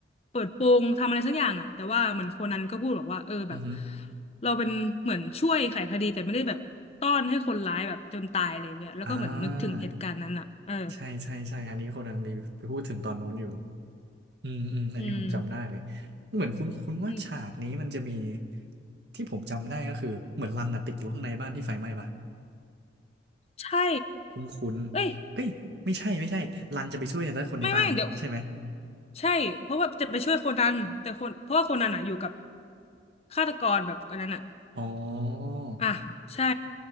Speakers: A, on the left; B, on the right.
A: เปิดโปงทำอะไรสักอย่างอ่ะแต่ว่าเหมือนโคนันก็พูดบอกว่าเออแบบ
B: อือฮึ
A: เราเป็นเหมือนช่วยไขคดีแต่ไม่ได้แบบต้อนให้คนร้ายแบบจนตายอะไรเงี้ยแล้วก็เหมือนนึกถึงเหตุการณ์นั้นอ่ะเออ
B: อ่าใช่ใช่ใช่อันนี้โคนันมีไปพูดถึงตอนนู้นอยู่ อืมอืมอันนี้ผมจำได้เลย
A: อืม
B: เหมือนคุ้นณว่าฉากนี้มันจะมี
A: อืม
B: ที่ผมจำได้ก็คือเหมือนรันน่ะติดอยู่ข้างในบ้านที่ไฟไหม้ปะ
A: ใช่
B: คุ้นณ
A: เอ้ย
B: เอ้ยไม่ใช่ไม่ใช่รันจะไปช่วยแต่คนในบ้านใช่ไหม
A: ไม่ไม่เดี๋ยว ใช่เพราะว่าจะไปช่วยโคนันแต่คนเพราะว่าโคนันอ่ะอยู่กับฆาตกรแบบอันนั้นอ่ะ
B: อ๋อ
A: อ่ะใช่